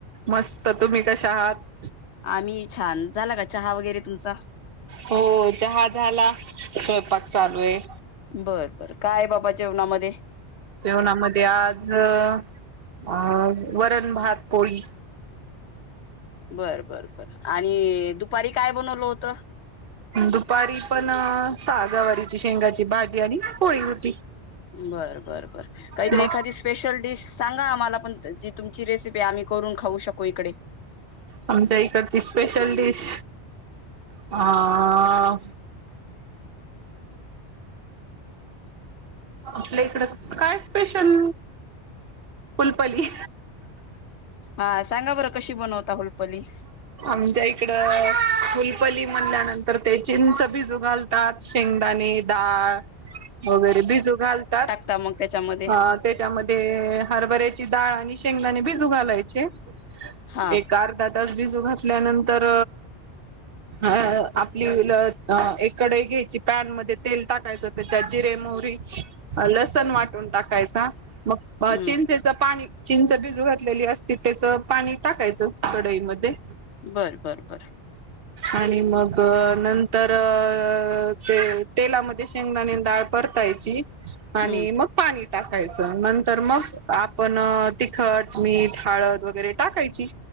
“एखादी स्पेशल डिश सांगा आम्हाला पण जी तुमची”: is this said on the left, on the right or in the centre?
Left